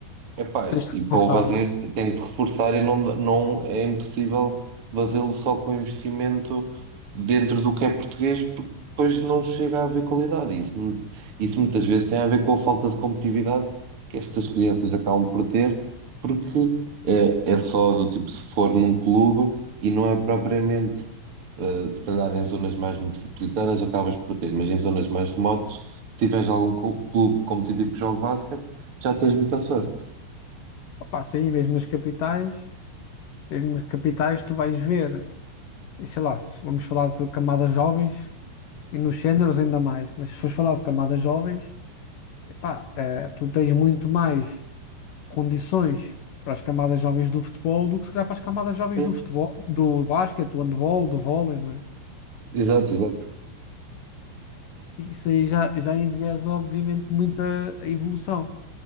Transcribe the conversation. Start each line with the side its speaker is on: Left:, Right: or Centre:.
Right: epá,
Left: tens de
Right: e
Left: reforçar,
Right: para o fazer
Left: né?
Right: tem que reforçar e não, não é impossível fazê-lo só com investimento dentro do que é português, porque depois não chega a haver qualidade. Isso, mu- isso muitas vezes tem a ver com a falta de competitividade que estas crianças acabam por ter, porque eh, é, só do tipo se for num clube e não é propriamente, eh, se calhar em zonas mais metropolitanas acabas por ter, mas em zonas mais remotas, se tiveres algum clu- clube competitivo que jogue basquete, já tens muita sorte.
Left: Opa, sim, mesmo nas capitais. Mesmo nas capitais, tu vais ver, e sei lá, vamos falar de camadas jovens e nos séniores ainda mais, mas se fores falar de camadas jovens, epá, eh, tu tens muito mais condições para as camadas jovens do futebol do que se calhar para as camadas jovens
Right: Sim,
Left: do futebol, do basquete, do handball, do vôlei, não é?
Right: exato, exato.
Left: E Isso aí já, já enviesa, obviamente, muita evolução.